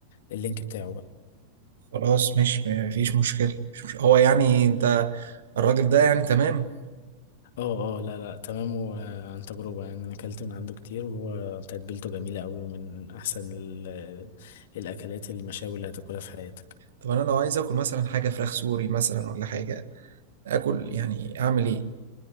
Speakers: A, on the left (about 55°); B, on the right (about 60°).
A: اللينك بتاعه
B: خلاص مش مفيش مشكلة مش مش... هو يعني أنت الراجل ده يعني تمام
A: اه اه لا لا تمام وعن تجربة يعني انا اكلت من عنده كتير وهو تتبيلته جميلة قوي ومن احسن ال- الاكلات المشاوي اللي هتاكلها في حياتك
B: طب أنا لو عايز آكل مثلا حاجة فراخ سوري مثلا ولا حاجة آكل يعني أعمل إيه؟